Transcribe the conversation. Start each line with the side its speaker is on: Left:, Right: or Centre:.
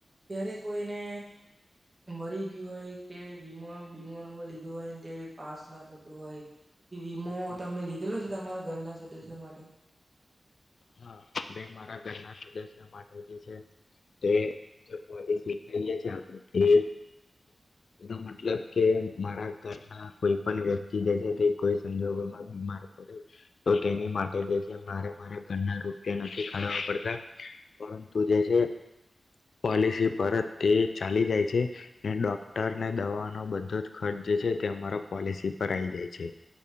Right: ત્યારે કોઈને મરી ગયું હોય કે, વીમો, વીમો લીધો હોય તે પાસ ના થતો હોય, વીમો તમે લીધેલો છે, તમારા ઘરના સદસ્યો માટે?
Left: હા મે મારા ઘરના સદસ્ય માટે જે છે તે પોલીસી કએ એ એ મતલબ કે મારા ઘરના કોઈ પણ વ્યક્તિ જે છે, તે કોઈ સંજોગોમાં બીમાર પડે તો, તેની માટે છે ને મારે મારે ઘર ના રૂપિયા નથી કાઢવા પડતા. પરંતુ જે છે પોલિસી પરત તે ચાલી જાય છે, ને ડોક્ટર ને દવાનો બધો જ ખર્ચ જે છે તે અમારા પોલિસી પર આવી જાય છે.